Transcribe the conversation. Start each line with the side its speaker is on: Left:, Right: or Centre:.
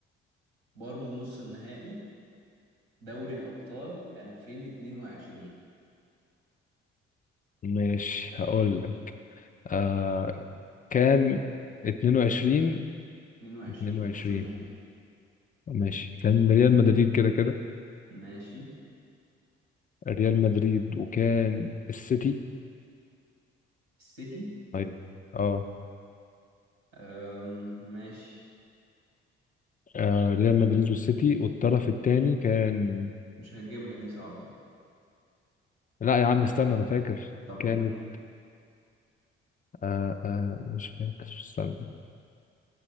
Right: برضو نص النهائي دوري الأبطال 2022
Left: ماشي هقول لك آه كان 22
Right: 22
Left: 22
Right: نص النهائي
Left: ماشي كان ريال مدريد كده كده
Right: ماشي
Left: ريال مدريد وكان السيتي
Right: السيتي
Left: ايوه اه
Right: أم، ماشي
Left: آه، ريال مدريد والسيتي والطرف الثاني كان
Right: مش هتجيبها دي صعبة
Left: لا يا عم استنى انا فاكر
Right: طب
Left: كانت
Right: قول
Left: آه آه مش فاكر استنى